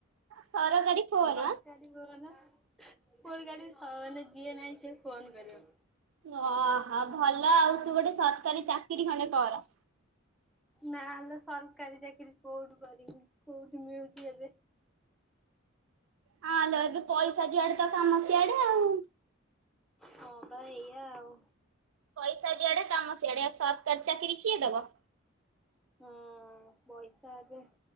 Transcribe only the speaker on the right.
ସରକାରୀ ଫୋନ
ଓହୋ ହ ଭଲ ଆଉ ତୁ ଗୋଟେ ସରକାରୀ ଚାକିରି ଖଣ୍ଡେ କର।
ହଁ ଲୋ ଏବେ ପଇସା ଯୁଆଡ଼େ ତ କାମ ସିଆଡ଼େ ଆଉ।
ପଇସା ଯୁଆଡ଼େ କାମ ସିଆଡ଼େ ଆଉ ସରକାରୀ ଚାକିରି କିଏ ଦବ?